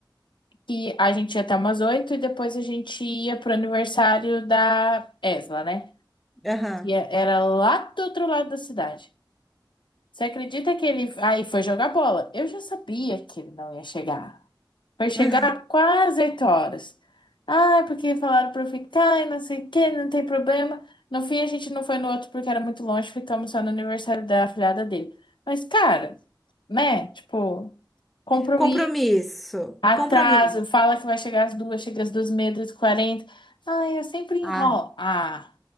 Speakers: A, on the left; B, in the centre.
A: que a gente ia até umas oito e depois a gente ia pro aniversário da Esla, né?
B: aham.
A: Que era lá do outro lado da cidade. Você acredita que ele aí foi jogar bola? Eu já sabia que ele não ia chegar. Vai chegar
B: <laughs>
A: quase oito horas. Ah, porque falaram pra eu ficar e não sei o que, não tem problema. No fim, a gente não foi no outro porque era muito longe, ficamos só no aniversário da afilhada dele. Mas, cara, né? Tipo, compromisso,
B: Compromisso,
A: atraso,
B: compromisso.
A: fala que vai chegar às duas, chega às duas e meia, duas e quarenta. Ai, eu sempre enrolo.
B: Ah,
A: Ah,